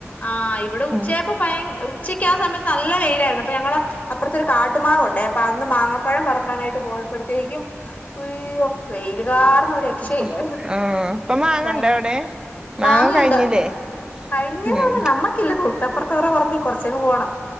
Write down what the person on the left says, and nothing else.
ആ ഇവടെ ഉച്ചയാപ്പോ
ഭയ ഉച്ചക്ക് ആ സമയത്ത് നല്ല വെയിലാര്ന്ന് അപ്പം ഞങ്ങള് അപ്പോറത്ത് ഒര് കാട്ട് മാവോണ്ട് അപ്പം അന്ന് മാങ്ങപ്പഴം പറക്കാനായിട്ട് പോയപ്പോഴത്തേക്കും അയ്യോ വേയ്ല്കാര ഇന്ന് ഒരു രക്ഷയില്ല
കഴി
മാങ്ങയോണ്ട്
കഴിഞനമ്മക്കില്ല
തൊട്ട് അപ്പുറത്തെ പറമ്പുകാരുടെ കുറച്ച് അങ് പോകണം